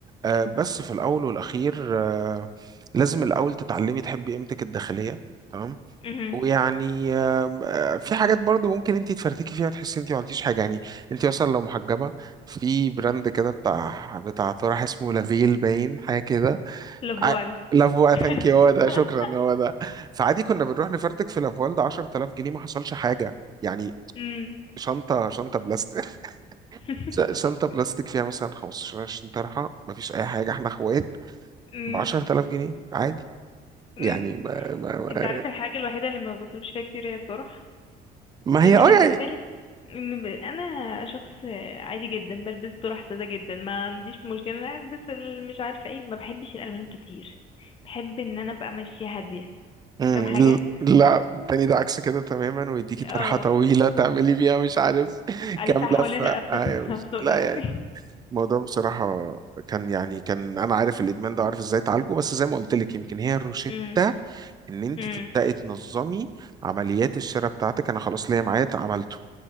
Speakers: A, on the right; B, on the left.
A: آه، بس في الاول والاخير آه، لازم الاول تتعلمي تحبي قيمتك الداخليه تمام
B: امم
A: ويعني آم، آه، في حاجات برضو ممكن انت تفرتكي فيها وتحسي انت ما عملتيش حاجه يعني انت اصلا لو محجبه في براند كده بتاع بتاع طرح اسمه لافيل باين حاجه كده
B: Le voile.
A: ع- لافوا
B: <laughs>
A: ثانك يو هو ده شكرا هو ده فعادي كنا بنروح نفرتك في لافوال ده 10000 جنيه ما حصلش حاجه يعني
B: امم
A: شنطه شنطه بلاستيك <laughs>
B: <laughs>
A: ش- شنطه بلاستيك فيها مثلا 15 20 طرحه ما فيش اي حاجه احنا اخوات
B: امم
A: ب 10000 جنيه عادي
B: امم
A: يعني ما, ما, ما
B: انت عارف الحاجة الوحيدة اللي ما بصرفش فيها كتير هي الطرح
A: ما
B: لان
A: هي اه
B: بالنسبة
A: يعني
B: لي إن ب- انا شخص عادي جدا بلبس طرح سادة جدا ما عنديش مشكلة إن انا البس ال- مش عارفة ايه ما بحبش الالوان كتير بحب ان انا ابقى ماشية هادية
A: امم
B: فاهم حاجة
A: لا التاني ده عكس كده تماما ويديكي
B: اه
A: طرحة طويلة تعملي بيها مش عارف <laughs>
B: الفها
A: كام
B: حوالين
A: لفة
B: رقبتي
A: آه،
B: <laughs> اخنق
A: لا
B: نفسي
A: يعني
B: <laughs>
A: الموضوع بصراحة كان يعني كان أنا عارف الإدمان ده وعارف إزاي أعالجه بس زي ما قلت لك يمكن هي الروشتة
B: امم
A: إن أنت
B: امم
A: تبدأي تنظمي عمليات الشراء بتاعتك أنا خلاص ليا معايا عملته